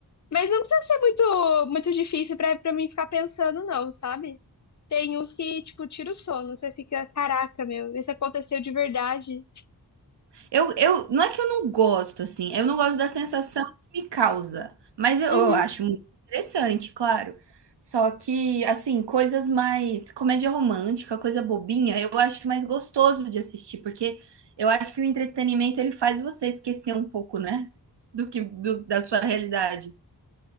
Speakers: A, on the left; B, on the right.
A: Mas não precisa ser muito, muito difícil pra, pra mim ficar pensando, não, sabe? Tem uns que, tipo, tira o sono, você fica, caraca, meu, isso aconteceu de verdade.
B: Eu, eu, não é que eu não gosto, assim, eu não gosto da sensação que me causa, mas eu,
A: Uhum.
B: eu acho muito interessante, claro. Só que, assim, coisas mais. Comédia romântica, coisa bobinha, eu acho mais gostoso de assistir, porque eu acho que o entretenimento ele faz você esquecer um pouco, né? Do que do- da sua realidade.